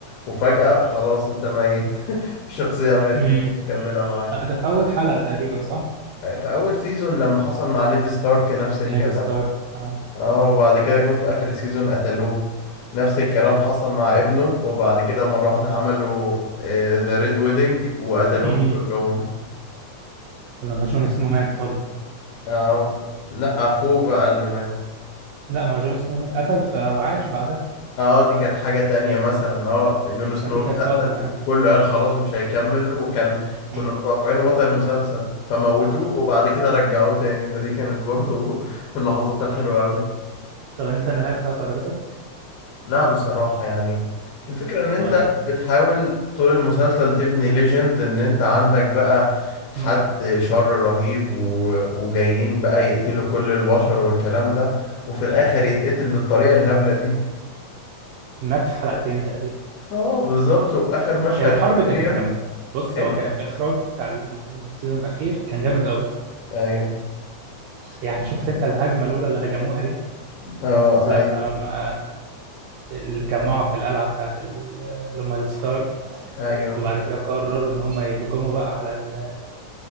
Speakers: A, on the left; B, on the right.
A: وفجأة خلاص انت ميت <laughs> الشخصية ماتت
B: امم
A: مكملة معاك
B: ده في اول حلقة تقريبا صح
A: في اول سيزون لما حصل مع نيد ستارك نفس الكلام
B: نيد ستارك آه.
A: اه وبعد كده جم في اخر سيزون قتلوه نفس الكلام حصل مع ابنه وبعد كده مرة واحدة عملوا ذا ريد ويدنج وقتلوهم
B: امم
A: كلهم
B: لما جون سنو مات برضه
A: اه لا اخوه بقى اللي مات
B: لا ما هو جون سنو مات قتل ف- وعاش بعدها
A: اه دي كانت حاجة تانية مثلا اه جون سنو
B: فدي
A: اتقتل
B: كانت صدمة
A: وكله
B: يعني
A: قال خلاص مش هيكمل وكان كنا
B: مم.
A: متوقعينه بطل المسلسل فموتوه وبعد كده رجعوه تاني فدي كانت برضو <laughs> من اللحظات الحلوة أوي
B: طب انت النهاية بتاعته عجبتك
A: لا بصراحة يعني الفكرة ان انت
B: ولا
A: بتحاول طول المسلسل تبني ليجند ان انت عندك بقى حد
B: مم.
A: شر رهيب و... وجايين بقى يقتلوا كل البشر والكلام ده وفي الاخر يتقتل بالطريقة الهبلة دي
B: مات في حلقتين تقريبا
A: اه بالظبط واخر مشهد
B: هي الحرب كانت
A: اريا
B: جامدة بص
A: ايه
B: هو كان الإخراج بتاع ال- السيزون الأخير كان جامد قوي
A: ايوه
B: يعني شفت انت الهجمة الأولى اللي هجموها دي
A: اه ايوه
B: لما ما اللي كان معه في القلعة بتاعت ال- اللي هم الستارك
A: ايوه
B: وبعد كده قرروا إن هم يهجموا بقى على ال-